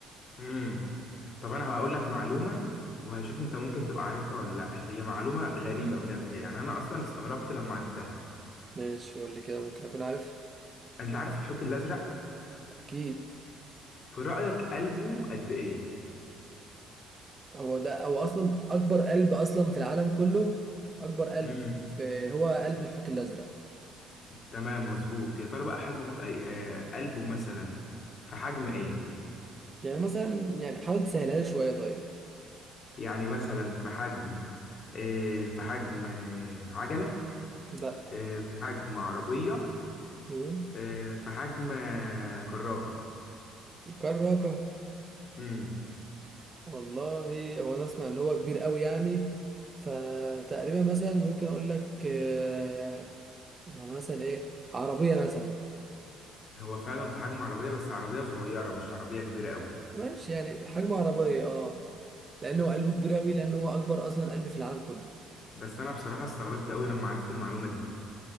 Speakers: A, on the left; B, on the right.
A: امم طب انا هقول لك معلومة وهشوف انت ممكن تبقى عارفها ولا لا هي معلومة غريبة بجد يعني انا اصلا استغربت لما عرفتها
B: ماشي قول لي كده ممكن أكون عارف
A: انت عارف الحوت الازرق
B: أكيد
A: في رأيك قلبه قد ايه
B: هو ده أو أصلا أكبر قلب أصلا في العالم كله أكبر قلب
A: يعني
B: في هو قلب الحوت الأزرق
A: تمام مظبوط يا ترى بقى حلبه أي- آه، قلبه مثلا في حجم ايه
B: يعني مثلا يعني حاول تسهلها لي شوية طيب
A: يعني مثلا في حجم آه، في حجم آه، عجلة
B: لا
A: آه، في حجم عربية
B: مم.
A: آه، في حجم آه، كراكة
B: كراكة
A: امم
B: والله هو انا اسمع ان هو كبير قوي يعني فتقريبا مثلا ممكن اقول لك آه، يعني مثلا ايه عربية مثلا
A: هو فعلا في حجم عربية بس عربية صغيرة مش عربية كبيرة قوي
B: ماشي يعني حجم عربية اه لانه قلبه كبير قوي لانه هو اكبر اصلا قلب في العالم كله
A: بس انا بصراحة استغربت قوي لما عرفت المعلومة دي